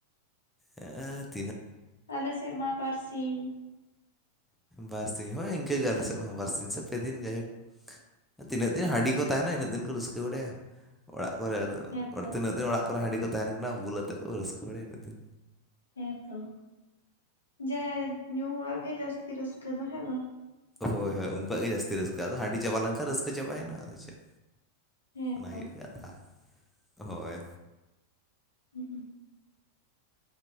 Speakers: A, in the centre; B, on the left.
A: ᱮᱸᱻ
B: ᱟᱞᱮ ᱥᱮᱫ ᱢᱟ ᱵᱟᱨ ᱥᱤᱧ᱾
A: ᱵᱟᱨ ᱥᱤᱧ ᱦᱮᱸ ᱤᱱᱠᱟᱹᱜ ᱜᱮ ᱟᱞᱮ ᱥᱮᱫ ᱦᱚᱸ ᱵᱟᱨᱥᱤᱧ ᱥᱮ ᱯᱮ ᱫᱤᱱ ᱡᱟᱭᱦᱳᱠ᱾ ᱛᱤᱱᱟᱹᱜ ᱫᱤᱱ ᱦᱟᱺᱰᱤ ᱠᱚ ᱛᱟᱦᱮᱱᱟ ᱤᱱᱟᱹᱜ ᱫᱤᱱ ᱠᱚ ᱨᱟᱹᱥᱠᱟᱹ ᱵᱟᱲᱟᱭᱟ ᱚᱲᱟᱜ ᱠᱚᱨᱮ, ᱟᱫᱚ
B: ᱦᱮᱸᱛᱚ
A: ᱯᱚᱨ ᱛᱤᱱᱟᱹᱜ ᱫᱤᱱ ᱚᱲᱟᱜ ᱠᱚᱨᱮ ᱦᱟᱺᱰᱤ ᱠᱚ ᱛᱟᱦᱮᱱ ᱠᱟᱱᱟ ᱵᱞ ᱟᱛᱮ ᱠᱚ ᱨᱟᱹᱥᱠᱟᱹ ᱵᱟᱲᱟᱭᱟ ᱩᱱᱟᱹᱜ ᱫᱤᱱ᱾
B: ᱦᱮᱸᱛᱚ ᱡᱟᱭ ᱧᱩ ᱦᱚᱲᱟᱜ ᱜᱮ ᱡᱟᱹᱥᱛᱤ ᱨᱟᱹᱥᱠᱟᱹ ᱫᱚ ᱦᱮᱸ ᱵᱟᱝ?
A: ᱦᱳᱭ ᱦᱳᱭ ᱩᱱᱠᱣᱟᱜ ᱜᱮ ᱡᱟᱹᱥᱛᱤ ᱨᱟᱹᱥᱠᱟᱹᱜ ᱟᱫᱚᱺᱰᱤ ᱪᱟᱵᱟᱣ ᱞᱮᱱᱠᱷᱟᱱ ᱨᱟᱹᱥᱠᱟᱹ ᱪᱟᱵᱮᱱᱟ ᱟᱫᱚ ᱪᱮᱫ᱾
B: ᱦᱮᱸᱛᱚ
A: ᱚᱱᱟ ᱦᱩᱭᱩᱜ ᱠᱟᱛᱷᱟ ᱦᱳᱭ᱾
B: ᱦᱩᱸ ᱩᱸ᱾